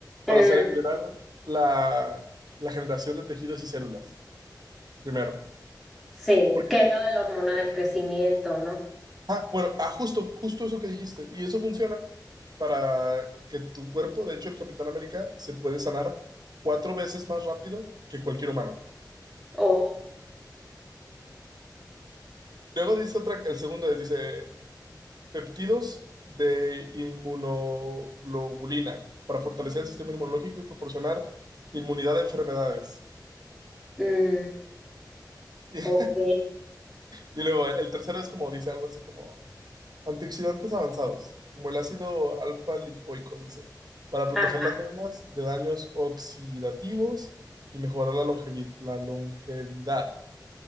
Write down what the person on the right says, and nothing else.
para
acelerar la, la generación de tejidos y células, primero.
Porque,
ah, bueno, ah, justo, justo eso que dijiste. Y eso funciona para que tu cuerpo, de hecho, el Capitán América se puede sanar cuatro veces más rápido que cualquier humano.
Y Luego dice otra, el segundo es, dice peptidos de inmunoglobulina para fortalecer el sistema inmunológico y proporcionar inmunidad a enfermedades.
<laughs>
Y, luego el tercero es como dice algo así como antioxidantes avanzados, como el ácido alfa lipoico, dice, para proteger
las células de daños oxidativos y mejorar la longevi- la longevidad.